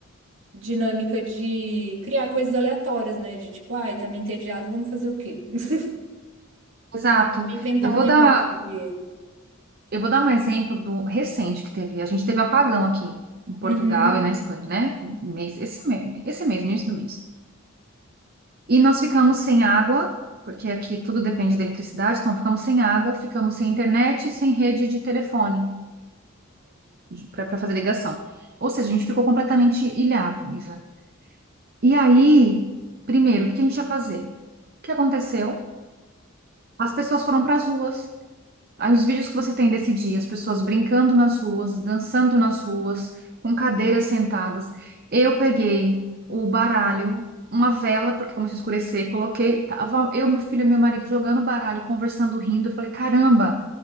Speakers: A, on the right; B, on the right.
A: dinâmica de criar coisas aleatórias, né? De tipo, ah, estamos entediados, vamos fazer o quê? <laughs>
B: exato.
A: Inventar
B: Eu vou
A: um negócio
B: dar,
A: aqui.
B: eu vou dar um exemplo do recente que teve. A gente teve apagão aqui em Portugal
A: Uhum,
B: e na Espanha, né? Mês, esse mês, esse mês, no início do mês. E nós ficamos sem água, porque aqui tudo depende da eletricidade, então ficamos sem água, ficamos sem internet e sem rede de telefone para fazer ligação. Ou seja, a gente ficou completamente ilhado, Isa. E aí, primeiro, o que a gente ia fazer? O que aconteceu? As pessoas foram para as ruas, Os vídeos que você tem desse dia, as pessoas brincando nas ruas, dançando nas ruas, com cadeiras sentadas. Eu peguei o baralho, uma vela, porque começou a escurecer, coloquei, tava eu, meu filho e meu marido jogando baralho, conversando, rindo. Eu falei, caramba,